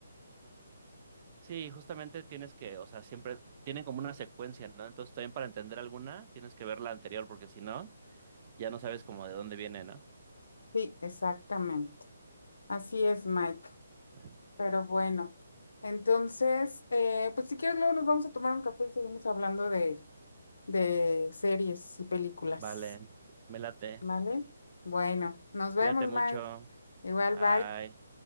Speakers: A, on the right (about 35°); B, on the left (about 75°).
A: sí, justamente tienes que, o sea, siempre tienen como una secuencia, ¿no? Entonces también para entender alguna tienes que ver la anterior, porque si no, ya no sabes como de dónde viene, ¿no?
B: Sí, exactamente. Así es, Mike.
A: Bueno.
B: Pero bueno, entonces, eh, pues si quieres, luego nos vamos a tomar un café y seguimos hablando de, de series y películas.
A: Vale, me late.
B: ¿Vale? Bueno, nos
A: Cuídate
B: vemos,
A: mucho.
B: Mike. Igual,
A: Bye.
B: bye.